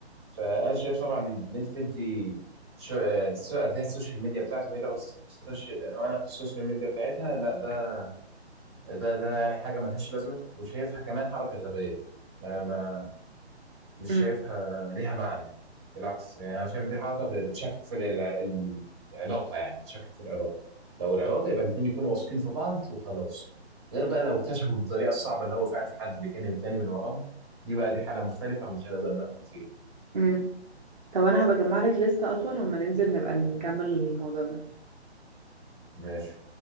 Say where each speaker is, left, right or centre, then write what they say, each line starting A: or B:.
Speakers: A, on the right; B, on the right.
A: فانا شايف طبعا ان انت تدي شو آه، سو- اديها السوشيال ميديا بتاعته وهي تاخد السوشيال وانا اخد السوشيال ميديا بتاعتها لا ده ده ده يعني حاجه ملهاش لازمه وشايفها كمان حركه غبيه انا ما مش
B: امم
A: شايفها ليها معنى يعني بالعكس يعني انا شايف إن دي حركه ب- بتشكك في الع- ال- العلاقه يعني بتشكك في العلاقه لو العلاقه يبقى الاثنين يكونوا واثقين في بعض وخلاص غير بقى لو اكتشفوا بالطريقه الصعبه اللي هو فعلا في حد بيكلم تاني من وراهم دي بقى دي حاله مختلفه مش هنقدر نحكم فيها
B: امم طب انا هبقى اجمع لك لستة اطول وما ننزل نبقى نكمل الموضوع ده
A: ماشي